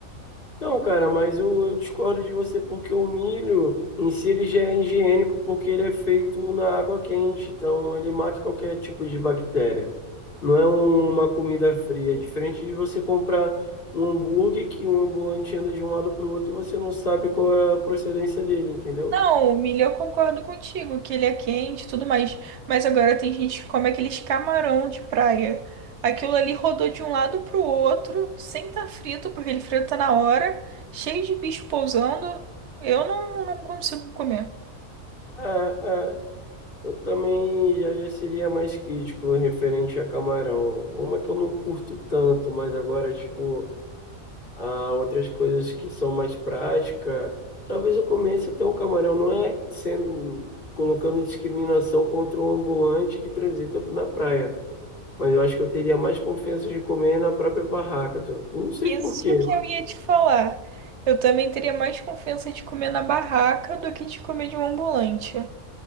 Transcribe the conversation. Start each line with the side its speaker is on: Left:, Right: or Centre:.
Left: Não, cara, mas eu, eu discordo de você porque o milho em si ele já é higiênico porque ele é feito na água quente, então ele mata qualquer tipo de bactéria. Não é uma comida fria, é diferente de você comprar um hambúrguer que um ambulante anda de um lado para o outro e você não sabe qual é a procedência dele, entendeu?
Right: Não, o milho eu concordo contigo, que ele é quente e tudo mais. Mas agora tem gente que come aqueles camarão de praia. Aquilo ali rodou de um lado pro outro, sem estar frito, porque ele frita na hora, cheio de bicho pousando. Eu não, não consigo comer.
Left: É, é, eu também já, já seria mais crítico referente a camarão. Uma que eu não curto tanto, mas agora, tipo. a outras coisas que são mais prática. Talvez eu comece a ter um camarão, não é sendo colocando discriminação contra o ambulante que transita na praia, mas eu acho que eu teria mais confiança de comer na própria barraca. tô- eu Não sei
Right: Isso
Left: por quê.
Right: que eu ia te falar. Eu também teria mais confiança de comer na barraca do que de comer de um ambulante.